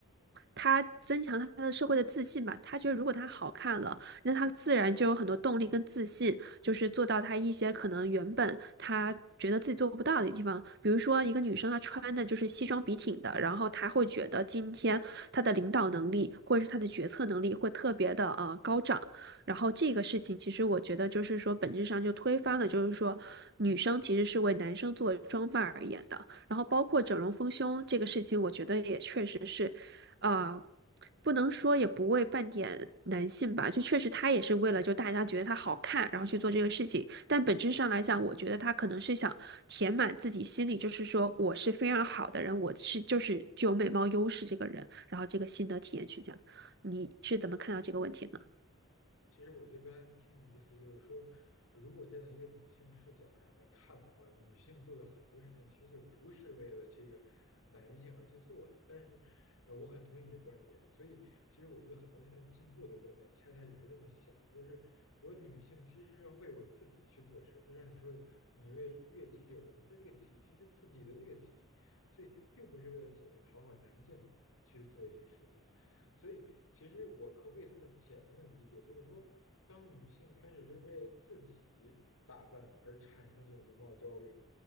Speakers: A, on the right; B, on the left.
A: 她增强她的社会的自信吧，她觉得如果她好看了，那她自然就有很多动力跟自信，就是做到她一些可能原本她觉得自己做不到的地方，比如说一个女生她穿的就是西装笔挺的，然后她会觉得今天她的领导能力或者是她的决策能力会特别的呃高涨，然后这个事情其实我觉得就是说本质上就推翻了，就是说女生其实是为男生做装扮而言的，然后包括整容丰胸这个事情，我觉得也确实是啊，不能说也不为半点男性吧，就确实他也是为了就大家觉得他好看，然后去做这个事情。但本质上来讲，我觉得他可能是想填满自己心里，就是说我是非常好的人，我是就是具有美貌优势这个人，然后这个心得体验去讲。你是怎么看到这个问题呢？
B: 其实我觉得刚才听你的意思就是说，如果站在一个女性视角上来看的话，女性做的很多事情其实就不是为了这个男性而去做的。但是，呃，我很同意你的观点，所以其实我觉得很多现在进步的观点恰恰也是这么想的，就是我女性其实要为我自己去做事，就像你说的，你为悦己者容，她这个己其实自己的这个己，所以并不是为了所谓讨好男性去做一些事情。所以，其实我可不可以这么简单的理解，就是说，当女性开始是为了自己打扮而产生的这种容貌焦虑，